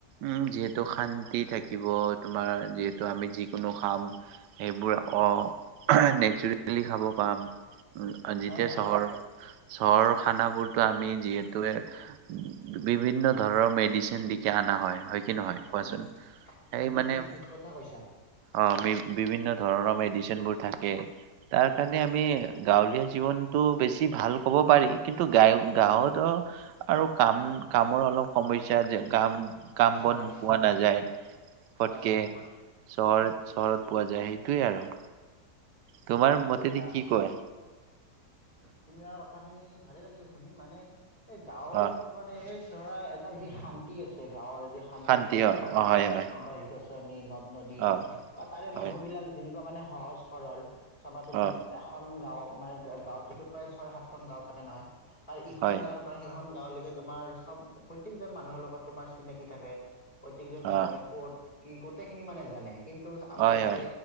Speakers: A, on the right; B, on the left.
A: উম যিহেতু শান্তি থাকিব তোমাৰ যিহেতু আমি যিকোনো কাম। সেইবোৰ অ এহ নেচাৰেলি খাব পাম যেতিয়া
B: হয় হয়
A: চহৰ চহৰৰ খানাবোৰতো আমি যিহেতু বিভিন্ন ধৰণৰ মেডি চিন অনা হয় হয় কি নহয় কোৱাচোন
B: উম উম
A: সেই
B: একদম
A: মানে।
B: তুমি ঠিক কথা কৈছা
A: অ বি বিভিন্ন ধৰণৰ মেডিচিন মেডিচিনবোৰ থাকে তাৰ কাৰণে আমি গাঁৱলীয়া জীৱনটো বেছি ভাল ক'ব পাৰি। কিন্তু গা গাওঁতো আৰু কাম কামৰ অলপ সমস্যা যে কাম কাম
B: হয়
A: বন পোৱা নাযায়। ফটকে
B: হয় হয়
A: চহৰত চহৰত পোৱা যায় সেইটোৱে আৰু। তোমাৰ
B: ঠিকেই
A: মতেদি
B: কৈছা
A: কি কয়
B: তোমাৰ কথাখিনি ভালেই লাগিল শুনি মানে। এ গাঁৱত
A: অ
B: মানে এই ধৰা এটা যি শান্তি আছে গাঁৱৰ যে শান্তিৰ
A: শান্তি
B: পৰিৱেশটো
A: অ অ হয় হয়
B: গছ গছনি নদ নদী
A: অ
B: বা তাৰে
A: হয়
B: মানুহ বিলাক যেনেকুৱা মানে সহজ সৰল চাবা তুমি।
A: অ
B: এখন গাঁও মানে গাঁওতোতো প্ৰায় ছয় সাত খন গাঁও থাকে নহয় তাৰ ইখন
A: হয়
B: গাঁৱৰ প্ৰায় সেইখন গাওলৈকে তোমাৰ চব প্ৰত্যেকজন মানুহৰ লগত তোমাৰ চিনাকি থাকে। প্ৰত্যেকজন মানুহে
A: অ
B: ক'ত কি গোটেই খিনি মানে জানে কিন্তু আমাৰ
A: হয়
B: ইয়াতে
A: হয়